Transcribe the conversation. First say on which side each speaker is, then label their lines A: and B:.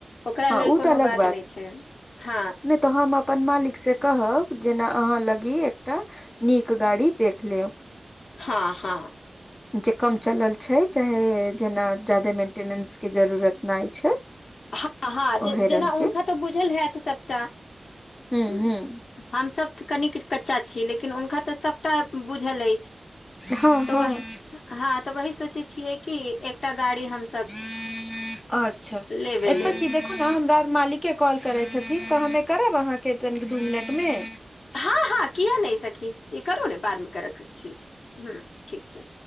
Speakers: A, on the left; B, on the left.
A: ओकरा
B: हँ
A: लेल
B: ओ
A: कोनो
B: तऽ अलग
A: बात नहि छै हँ
B: नहि तऽ हम अपन मालिक से कहब जेना अहाँ लगी एकटा नीक गाड़ी देख लेब
A: हँ हँ
B: जे कम चलल छै चाहे जेना जाादे मे मेन्टेनेंस केँ जरूरत नहि छै <inaudible>
A: हँ हँ
B: ओहे
A: जेना
B: रंग
A: हुनका
B: के
A: तऽ बुझल हयत सभटा
B: हूँ
A: <inaudible> हू
B: हूँ
A: हमसभ तऽ कनि किछ कच्चा छी लेकिन हुनका तऽ सभ टा बुझल अछि <inaudible>
B: हँ
A: तऽ
B: हँ
A: ओही हँ तऽ वही सोचै छियै कि एकटा गाड़ी हम
B: <unintelligible> अच्छ
A: लेबे लेल
B: अते की <unintelligible>
A: हँ हँ किया नहि सखी ई करु ने बाद मे करयके छी ह ठीक छै